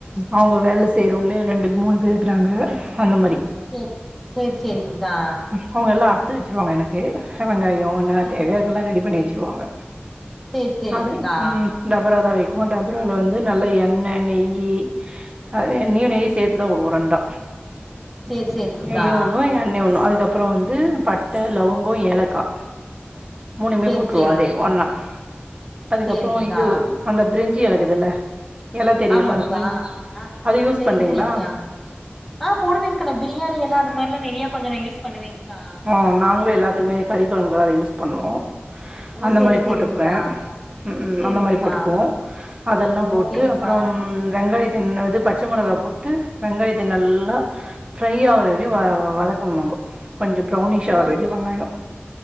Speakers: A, on the right; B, in the centre.
A: அவுங்க வேல செய்றவுங்களே ரெண்டு மூணு பேர் இருக்கிறாங்க அந்த மாரி
B: சேரி சேரி சேரி்ங்கா
A: அவுங்க எல்லாம் அருத்து வச்சுருவாங்க எனக்கு சின்ன வெங்காயம் என்ன
B: சேரி
A: தேவயோ அதுல்லா ரெடி பண்ணி வச்சுருவாங்க
B: சேரி சேரிங்க்கா
A: அது ம் டபரா தான் வைக்கும் டபரால வந்து நல்ல எண்ணெய் நெய்யி அது எண்ணயும் நெய்யும் சேத்துதா வுடுவோம் ரெண்டா
B: சேரி சேரிங்க்கா
A: நெயும் உடும் நண்ணி ஒணும் அதுக்கப்றம் வந்து பட்ட லவங்கம் ஏலக்கா மூணுமே
B: சேரி
A: போட்டுருவோம்
B: சேரிங்க்கா
A: அதே ஒன்னா அதுக்கப்றம்
B: சேரிங்க்கா
A: இது அந்த பிரெஞ்சி எல இக்குதுல்ல எல தெரியுல
B: ஆமாங்க்கா
A: அந்த பிரிஞ்சு
B: ஆ
A: அது யூஸ்
B: தெரியு
A: பண்றீங்ளா
B: தெரியுங்க்கா ஆ போடுவேங்கா பிரியாணி எல்லா அது மாரில்லா நறைய கொஞ்ச நா யூஸ் பண்ணுவேங்க்கா
A: ஆ நாங்களும் எல்லாத்துக்குமாரே கறி கொழம்புகலா அத யூஸ் பண்ணுவோ
B: ஓ
A: அந்த
B: சேரி
A: மாரி
B: சேரிங்க்கா
A: போட்டுக்குவே ம் உ
B: சேரிங்க்கா
A: அந்த மாரி போட்டுக்குவோ அதெல்லாம் போட்டு
B: ஓகேங்க்கா
A: அப்றம் வெங்காய என்னது பச்ச மொளகா போட்டு வெங்காயத்த நல்லா ஃப்ரை ஆகற வரயு வதக்கனு நம்ம கொஞ்ச ப்ரௌனிஷ்
B: ஓ
A: ஆற வர
B: சே
A: வெங்காயம்